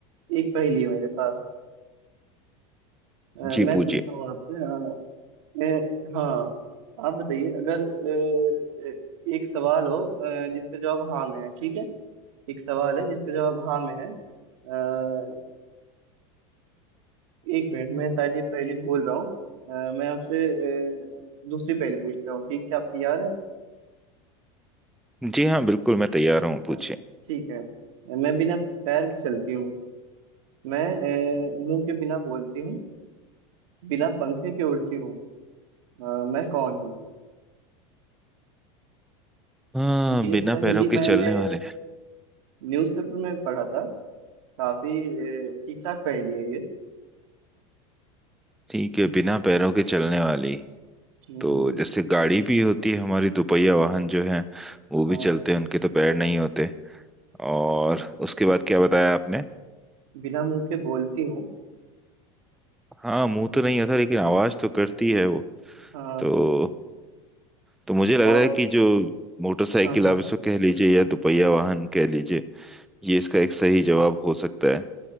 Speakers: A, on the right; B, in the centre.
A: एक पहेली है मेरे पास अ,
B: जी
A: मैं
B: पूछिए
A: पूछता हूँ आपसे अ, अ, हाँ आप बताइए अगर अ, अ, एक सवाल हो अ, जिसका जवाब हाँ में है ठीक है एक सवाल है जिसका जवाब हाँ में है अ, एक मिनट मैं शायद ये पहली भूल रहा हूँ अ, मैं आपसे अ, दूसरी पहेली पूछता हूँ ठीक है आप तैयार है
B: जी हाँ बिल्कुल मैं तैयार हूँ
A: अ,
B: पूछिए
A: ठीक है मैं बिना पैर के चलती हूँ मैं अ, मुंह के बिना बोलती हूँ बिना पंखे के उड़ती हूँ अ, मैं कौन हूँ
B: हाँ
A: ये
B: बिना
A: पहेली
B: पैरों के
A: मैंने
B: चलने वाले
A: न्यूज़पेपर में पढ़ा था काफी ठीक ठाक पहेली है ये
B: ठीक है बिना पैरों के चलने वाली
A: हम्म
B: तो
A: हम्म,
B: जैसे गाड़ी भी होती है हमारी दोपहिया वाहन जो है वो
A: हाँ
B: भी चलते हैं उनके तो पैर नहीं होते और उसके बाद क्या बताया आपने
A: बिना मुंह के बोलती हूँ
B: हाँ मुंह तो नहीं होता लेकिन आवाज तो करती है वो
A: हाँ
B: तो
A: हाँ
B: तो मुझे लग
A: और
B: रहा है कि जो मोटरसाइकिल
A: हाँ हाँ
B: आप इसको कह लीजिए या दोपहिया वाहन कह लीजिए ये इसका एक सही जवाब हो सकता है